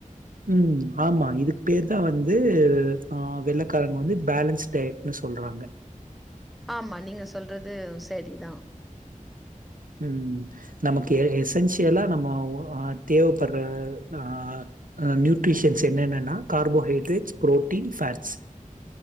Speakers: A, on the right; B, in the centre.
A: உம் ஆமா இதுக்கு பேர்தான் வந்து வந்து ஆஹ வெள்ளைக்காரங்க வந்து பேலன்ஸ் டயட்னு சொல்றாங்க
B: ஆமா நீங்க சொல்றது செரிதான்
A: உம் நமக்கு எசென்சியலா நமக்கு தேவைப்படுற ஆஹ் நியூட்ரிஷன்ஸ் என்னன்னா கார்போஹைட்ரேட்ஸ் புரோட்டீன்ஸ் ஃபாட்ஸ்